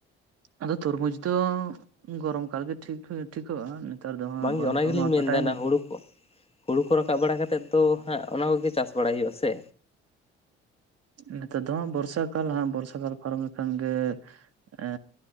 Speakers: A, on the right (about 50°); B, on the left (about 20°).
A: ᱟᱫᱚ ᱛᱚᱨᱢᱩᱡᱽ ᱫᱚ ᱜᱚᱨᱚᱢ ᱠᱟᱞ ᱜᱮ ᱴᱷᱤᱠ ᱴᱷᱤᱠᱚᱜᱼᱟ᱾ ᱱᱮᱛᱟᱨ ᱫᱚ ᱦᱟᱸᱜ
B: ᱵᱟᱝ
A: ᱜᱚᱨᱚᱢ
B: ᱜᱮ ᱚᱱᱟ
A: ᱠᱟᱞ
B: ᱜᱮᱞᱤᱧ
A: ᱢᱟ
B: ᱢᱮᱱ
A: ᱠᱟᱴᱟᱭᱮᱱᱟ
B: ᱫᱟ ᱦᱩᱲᱩ ᱠᱚ ᱦᱩᱲᱩ ᱠᱚ ᱨᱟᱠᱟᱵ ᱵᱟᱲᱟ ᱠᱟᱛᱮ ᱛᱚ ᱦᱟᱸᱜ ᱚᱱᱟ ᱠᱚᱜᱮ ᱪᱟᱥ ᱵᱟᱲᱟᱭ ᱦᱩᱭᱩᱜᱼᱟ ᱥᱮ᱾
A: ᱱᱮᱛᱟᱨ ᱫᱚ ᱦᱟᱸᱜ ᱵᱚᱨᱥᱟ ᱠᱟᱞ ᱦᱟᱸᱜ ᱵᱚᱨᱥᱟ ᱠᱟᱞ ᱯᱟᱨᱚᱢ ᱞᱮᱠᱷᱟᱱ ᱜᱮ ᱮ